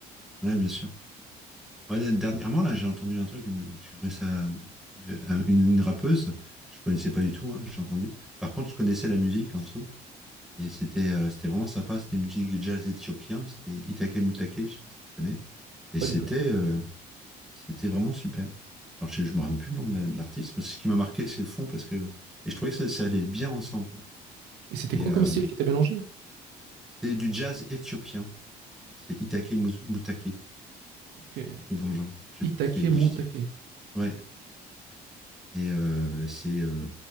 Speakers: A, in the centre; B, on the right (about 85°).
A: ouais, bien sûr. Ouais, dernièrement, là, j'ai entendu un truc, mais je trouvais ça. euh, un- une, une rappeuse, je connaissais pas du tout, hein, j'ai entendu. Par contre, je connaissais la musique en dessous. Et c'était euh, c'était vraiment sympa. C'était une musique jazz éthiopien. C'était Itake Mutake, je sais pas si tu connais. Et
B: Pas
A: c'était
B: du tout.
A: euh, C'était vraiment super. Alors, je ne me rappelle plus le nom de la- de l'artiste, mais c'est ce qui m'a marqué, c'est le fond, parce que. Et je trouvais que ça, ça allait bien ensemble. quoi.
B: Et c'était
A: Et
B: quoi
A: euh,
B: comme style qui était mélangé?
A: c'était du jazz éthiopien. C'est Itake Mous- Moutake,
B: Ok.
A: un truc dans le
B: I-
A: genre. Je sais
B: Itake,
A: plus, c'est du
B: Mutake.
A: style. Ouais. Et euh, c'est euh,